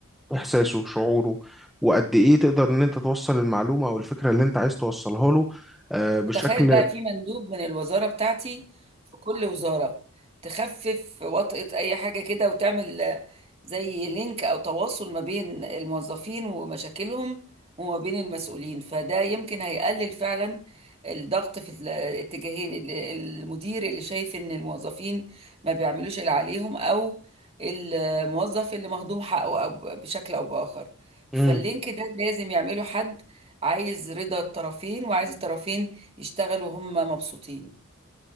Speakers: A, in the centre; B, on the right.
A: إحساسه شعوره وقد إيه تقدر إن أنت توصل المعلومة أو الفكرة اللي أنت عايز توصلها له آه، بشكل
B: وتخيل بقى في مندوب من الوزارة بتاعتي في كل وزارة تخفف وطأة أي حاجة كده وتعمل آه، زي لينك أو تواصل ما بين الموظفين ومشاكلهم وما بين المسؤولين فده يمكن هيقلل فعلا الضغط في الاتجاهين ال- المدير اللي شايف إن الموظفين ما بيعملوش اللي عليهم أو الموظف اللي مهضوم حقه أو بشكل أو بآخر فاللينك
A: مهم.
B: ده لازم يعمله حد عايز رضا الطرفين وعايز الطرفين يشتغلوا وهم مبسوطين